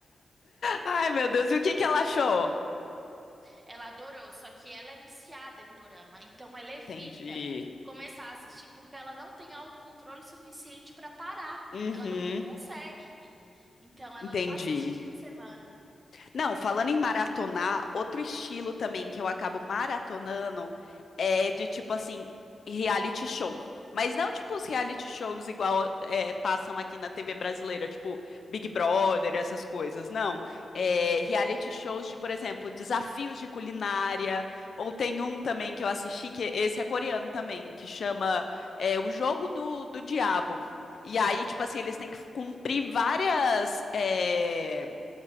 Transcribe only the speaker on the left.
Ai, meu Deus, e o que que ela achou?
Entendi.
Uhum,
entendi.
Não, falando
em maratonar, outro estilo também que eu acabo maratonando é de tipo assim, reality show. Mas não tipo os reality shows igual é, passam aqui na TV brasileira, tipo Big Brother, essas coisas. Não. É, reality shows de, por exemplo, desafios de culinária. Ou tem um também que eu assisti, que esse é coreano também, que chama é, O Jogo do, do Diabo. E aí, tipo assim, eles têm que cumprir várias. é,